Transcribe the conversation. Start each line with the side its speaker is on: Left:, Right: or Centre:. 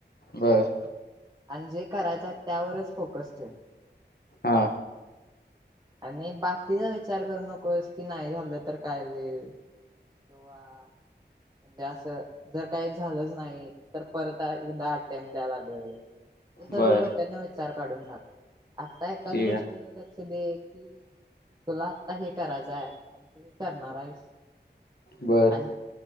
Left: बर
Right: आणि जे करायच. त्यावरच फोकस ठेव.
Left: हा
Right: आणि बाकीचा विचार करू नकोस, की नाही झालं तर काय होईल किंवा म्हणजे असं जर काही झालंच नाही. तर परत एकदाटेम्पट द्याय लागल. हे सगळं
Left: बर
Right: डोक्यातन विचार काढून टाक. आता एकाच
Left: ठीक
Right: गोष्टीवर
Left: आहे
Right: लक्ष दे. की तुला आता हे करा यच आहे आणि तू हे करणार आहेस.
Left: बर.
Right: आणि